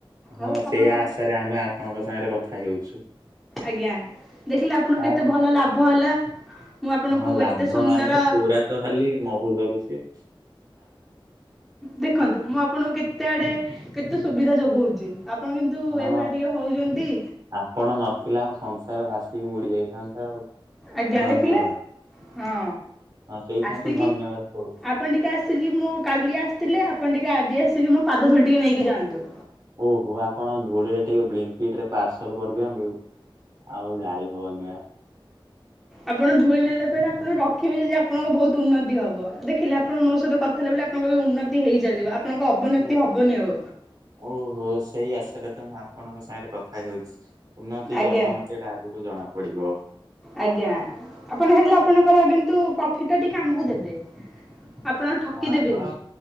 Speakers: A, on the right; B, in the centre.
A: ହଁ
B: ଆଉ
A: ସେଇ
B: ଆପଣ
A: ଆଶାରେ ଆମେ ଆପଣଙ୍କ ସାଙ୍ଗରେ କଥା ହେଉଛୁ।
B: ଆଜ୍ଞା ଦେଖିଲେ ଆପଣଙ୍କୁ
A: ଆଉ
B: କେତେ ଭଲ ଲାଭ ହେଲା। ମୁଁ ଆପଣଙ୍କୁ
A: ହଁ ଲାଭ
B: ଏତେ ସୁନ୍ଦର
A: ମାନେ ପୁରାତ ଖାଲି ମହୁ ଝରୁଛି ଆଉ
B: ଦେଖନ୍ତୁ ମୁଁ ଆପଣଙ୍କୁ କେତେ ଆଡ଼େ କେତେ ସୁବିଧା ଯୋଗଉଚି ଆ ଆପଣ କିନ୍ତୁ
A: ହଁ
B: ଏଇଭଳିଆ ଟିକେ ହଉଛନ୍ତି।
A: ଆପଣ ନଥିଲେ ଆମ ସଂସାର ଭାସିକି ବୁଡି଼ ଯାଇଥାନ୍ତା ଆଉ।
B: ଆଜ୍ଞା
A: ଧନ୍ୟବାଦ
B: ଦେଖିଲେ ହଁ
A: ହଁ ସେଇପାଇଁ
B: ଆସିକି
A: ତ ଧନ୍ୟବାଦ ବହୁତ୍
B: ଆପଣ ଟିକେ ଆସିକି ମୁଁ କାଲି ଆସିଥିଲେ ଆପଣ ଟିକେ ଆଜି ଆସିକି ମୋ ପାଦ ଧଳି ଟିକେ ନେଇକି ଯାଆନ୍ତୁ।
A: ଓହୋ ଆପଣ ଧୂଳିରେ ଟିକେ ବ୍ଲାଙ୍କିଟ୍ ରେ ପାର୍ସଲ୍ କରିଦିଅନ୍ତୁ। ଆଉ ଯାଇ ହବ ନି ପା।
B: ଆପଣ ଧୂଳି ନେଲେ ପରେ ଆପଣ ରଖିବେ ଯଦି ଆପଣଙ୍କ ବହୁତ ଉନ୍ନତି ହବ ଦେଖିଲେ ଆପ ଆପଣ ମୋ ସହିତ କଥା ହେଲାବେଳେ ଆପଣଙ୍କ ଏ ଉନ୍ନତି ହେଇଚନ୍ତି ବା ଆପଣଙ୍କ ଅବନତି
A: ଓ
B: ହବନି ଆଉ।
A: ଓହୋ ସେଇ ଆଶାଟା ତ ମୁଁ ଆପଣଙ୍କ ସାଙ୍ଗରେ କଥା ହେଉଛି ଉନ୍ନତି
B: ଆଜ୍ଞା
A: କି ଅବନତି। ସେଇଟା ଆଗକୁ ଜଣା ପଡି଼ବ।
B: ଆଜ୍ଞା ଆପଣ ହେଲେ ଆପଣଙ୍କ କିନ୍ତୁ ପ୍ରଫିଟ୍ ଟା ଟିକେ ଆମକୁ ଦେବେ। ଆପଣ
A: ହଁ ଫଳା
B: ଠକି ଦେବେନି
A: ଫଳ